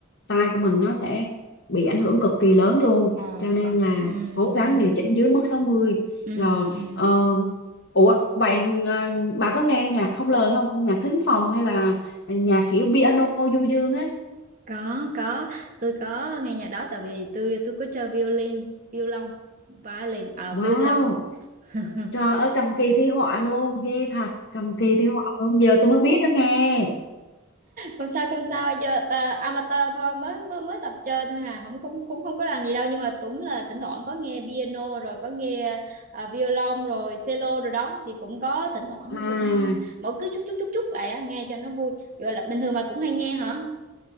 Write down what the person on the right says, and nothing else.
Ờ,
không
có.
Ừ,
ừ,
ừ,
ừ.
có có tôi có nghe nhạc đó tại vì tôi tôi có chơi violin violon violin à
violon <laughs>
không sao không sao chơi ta, amateur thôi mới mới mới tập chơi thôi à không không cũng không có làm gì đâu nhưng mà cũng là thỉnh thoảng có nghe piano rồi có nghe à, violon rồi cello rồi đó thì cũng có thỉnh thoảng
cũng mỗi cứ chút chút chút chút vậy á, nghe cho nó vui gọi là bình thường bà cũng hay nghe hả